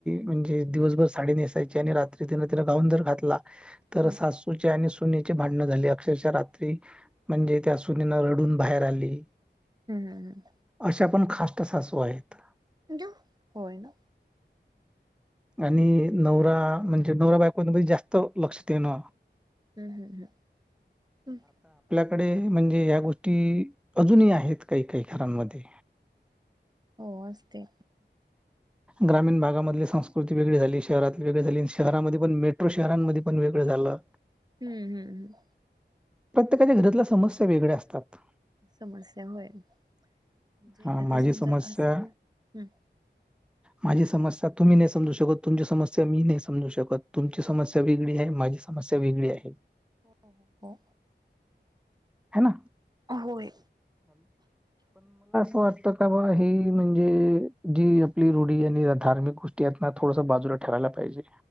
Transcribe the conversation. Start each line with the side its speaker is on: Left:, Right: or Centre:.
Centre: म्हणजे दिवसभर साडी नेसायची आणि रात्री तिन तिन गाऊन जर घातला तर
Right: ह
Centre: सासूची आणि सु सुनीची भांडण झाली अक्षरशः रात्री म्हणजे त्या सुनीन रडून बाहेर आली
Right: हम्म
Centre: अशा पण खास सासू आहेत
Right: हम्म होय ना
Centre: आणि नवरा म्हणजे नवरा बायकवामध्ये जास्त लक्ष दे ना
Right: हम्म हम्म हम्म हम्
Centre: डे म्हणजे या गोष्टी अजूनही आहेत काही काही घरांमध्ये
Right: हो असते
Centre: ग्रामीण भागामधली संस्कृती वेगळी झाली शहरातली वेगळी झाली शहरामध्ये पण मेट्रो शहरांमध्ये पण वेगळं झालं
Right: हम्म हम्म हम्म
Centre: प्रत्येकाच्या घरातल्या समस्या वेगळ्या असतात
Right: समस्या होय म्हणजे
Centre: हा
Right: आता
Centre: माझी
Right: समजा
Centre: समस्या
Right: असत ना हम्
Centre: माझी समस्या तुम्ही नाही समजू शकत तुमची समस्या मी नाही समजू शकत तुमची समस्या वेगळी आहे माझी समस्या वेगळी आहे
Right: हो हो
Centre: ह ना
Right: होय
Centre: वाटत का बा ही म्हणजे जी आपली रूढी आणि धार्मिक गोष्टी थोड बाजू ठेवायला पाहिजे